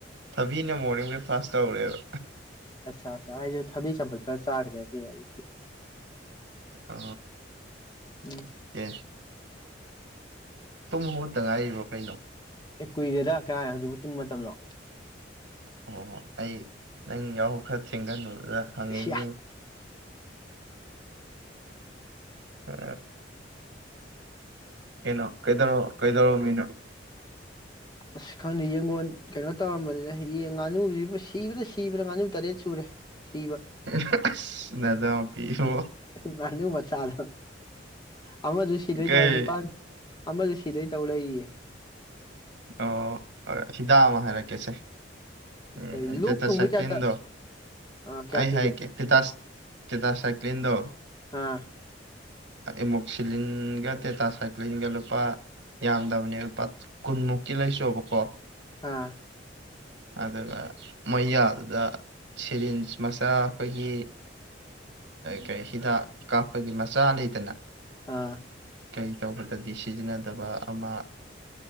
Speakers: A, on the right (about 75°); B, on the left (about 25°).
A: ꯊꯕꯤꯅ ꯃꯣꯔꯅꯤꯡ ꯕ꯭ꯔꯦꯛꯐ ꯐꯥꯁꯇ ꯑꯣꯏꯔꯦ
B: ꯑꯠꯆꯥ ꯑꯠꯆꯥꯥ ꯑꯩꯁꯨ ꯊꯕꯤ ꯆꯝꯐꯠ ꯈꯔ ꯆꯥꯈ꯭ꯔꯦ ꯑꯩ
A: ꯑ
B: ꯎꯝ
A: ꯀ ꯇꯨꯝ ꯃꯨꯠꯇ ꯉꯥꯏꯔꯤꯕ ꯀꯩꯅꯣ
B: ꯑꯦ ꯀꯨꯏꯔꯦꯗ ꯀꯌꯥ ꯍꯧꯖꯤꯛꯐꯥꯎ ꯇꯨꯝꯕ ꯃꯇꯝꯗꯣ
A: ꯑꯣ ꯍꯣ ꯑꯩ ꯅꯪ ꯌꯥꯍꯧ ꯈꯔ ꯊꯦꯡꯒꯂꯕ ꯖꯥ ꯍꯉꯤꯅꯤ
B: ꯏꯌꯥ
A: ꯑ ꯀꯩꯅꯣ ꯀꯩꯗꯣ ꯀꯩꯗꯣ ꯃꯤꯅꯣ
B: ꯑꯁ ꯈꯪꯗꯦ ꯌꯦꯡꯒꯣꯟ ꯀꯩꯅꯣ ꯇꯧꯔꯝꯕꯅꯤꯅ ꯉꯥꯅꯨꯁꯤꯕꯨ ꯁꯤꯕꯥ ꯁꯤꯕ꯭ꯔꯥ ꯉꯥꯅꯨ ꯇꯔꯦꯠ ꯁꯨꯔꯦ ꯁꯤꯕ
A: ꯑꯁ ꯅꯗꯥꯎ ꯄꯤꯕꯨ
B: ꯉꯥꯅꯨ ꯃꯆꯥꯗꯣ ꯑꯃꯁꯗꯨ ꯁꯤꯗꯣꯏ
A: ꯀꯩ
B: ꯇꯧꯔ ꯅꯤꯄꯥꯜ ꯑꯃꯁ ꯁꯤꯗꯩ ꯇꯧ ꯂꯩꯔꯤꯌꯦ
A: ꯑꯣ ꯍꯤꯗꯥꯔ ꯀꯦꯁꯦ ꯎꯝ
B: ꯀꯩ ꯂꯣꯛ
A: ꯇ ꯇꯁ
B: ꯊꯨꯡꯕꯩ ꯇꯥꯏꯞꯇ
A: ꯇꯤꯟꯗꯣ
B: ꯑꯥ ꯀꯌꯥ
A: ꯑꯩ
B: ꯄꯤꯒꯦ
A: ꯍꯥꯏ ꯀꯦ ꯇ ꯇꯁ ꯀ ꯇ ꯁꯥꯏ ꯀꯂꯤꯟꯗꯣ
B: ꯑꯥ
A: ꯑꯦꯃꯣꯛꯁꯤꯂꯤꯟꯒ ꯇꯦꯇꯥ ꯁꯥꯏꯀ꯭ꯂꯤꯟꯒ ꯂꯨꯄꯥ ꯌꯥꯡꯗꯕꯅꯤ ꯂꯨꯄꯥ ꯀꯨꯟꯃꯨꯛꯀꯤ ꯂꯥꯏꯁꯨ ꯑꯕꯀꯣ
B: ꯑꯥ
A: ꯑꯗꯨꯒ ꯃꯩꯌꯥꯗꯨꯗ ꯁꯤꯔꯤꯟꯁ ꯃꯆꯥ ꯑꯩꯈꯣꯏꯒꯤ ꯀꯔꯤ ꯍꯤꯗꯥꯛ ꯀꯥꯞꯄꯒꯤ ꯃꯆꯥ ꯂꯩꯇꯅ
B: ꯑꯥ
A: ꯀꯩ ꯇꯧꯕꯗꯗꯤ ꯁꯤꯖꯤꯟꯅꯗꯕ ꯑꯃ